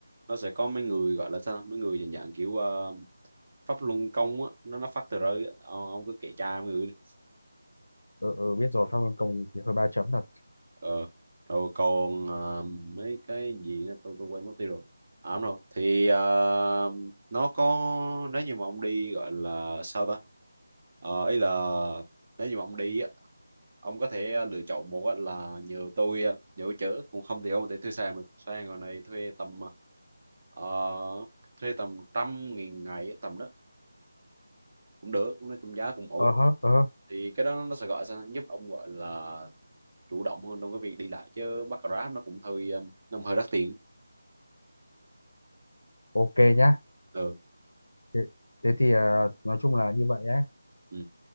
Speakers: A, on the right; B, on the left.
A: nó sẽ có mấy người gọi là sao mấy người dạng dạng kiểu ờ, pháp luân công á nó nó phát tờ rơi á Ờ, ông cứ kệ cha mấy người đi
B: ừ, ừ biết rồi Phan Văn Công thì, thì hơi ba chấm thật
A: ờ rồi còn ờ, mấy cái gì nữa tôi tôi quên mất tiêu rồi à đúng rồi thì ờ, nó có nếu như mà ông đi gọi là sao ta Ờ, ý là nếu như mà ông đi á ông có thể ờ, lựa chọn một á là nhờ tôi ờ, nhờ tôi chở cũng không thì ông có thể thuê xe được xe ngồi này thuê tầm ờ, ờ, thuê tầm trăm nghìn ngày á, tầm đó cũng được nói chung giá cũng ổn
B: ờ hớ, ờ hớ.
A: thì cái đó nó sẽ gọi sao giúp ông gọi là chủ động hơn trong cái việc đi lại chứ bắt Grab nó cũng hơi um, nó hơi đắt tiền
B: ok nhá
A: ừ.
B: thế, thế thì à, nói chung là như vậy ấy
A: ừ.